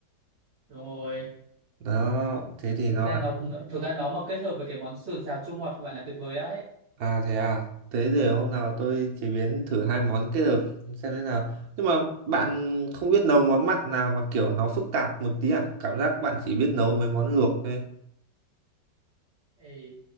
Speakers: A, on the right; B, on the right.
A: đúng rồi
B: Đó, thế thì
A: thực
B: nó
A: ra nó thực ra nó mà kết hợp với cái món sườn xào chua ngọt của bạn là tuyệt vời đấy
B: À thế à, thế để hôm nào tôi chế biến thử hai món kết hợp xem thế nào. Nhưng mà bạn không biết nấu món mặn nào mà kiểu nó phức tạp một tí à? Cảm giác bạn chỉ biết nấu mấy món luộc thôi.
A: Ê,